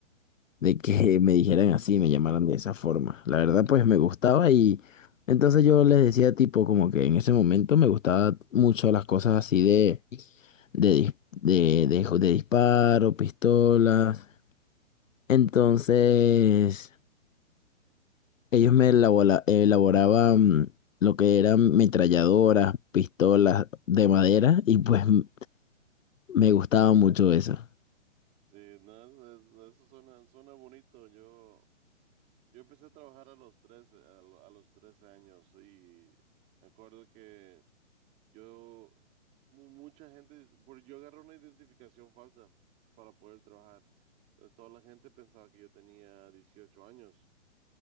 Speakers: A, on the left (about 85°); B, on the right (about 20°).
A: de que <laughs> me dijeran así, me llamaran de esa forma. La verdad, pues me gustaba y entonces yo les decía tipo como que en ese momento me gustaban mucho las cosas así de, de, dis- de, de de disparo, pistolas. Entonces, ellos me elabora- elaboraban lo que eran metralladoras, pistolas de madera y pues m- me gustaba mucho eso.
B: Sí, no, es- es- eso suena, suena bonito. Yo, yo empecé a trabajar a los 13, a, lo- a los 13 años y me acuerdo que Yo, mu- mucha gente, porque yo agarré una identificación falsa para poder trabajar. Entonces toda la gente pensaba que yo tenía 18 años,